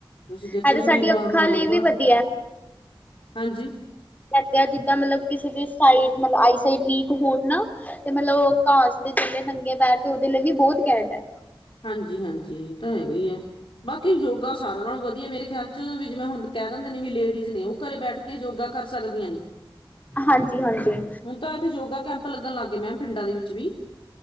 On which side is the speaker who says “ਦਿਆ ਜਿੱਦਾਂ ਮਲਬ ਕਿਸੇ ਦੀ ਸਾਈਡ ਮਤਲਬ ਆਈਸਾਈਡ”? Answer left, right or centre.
Left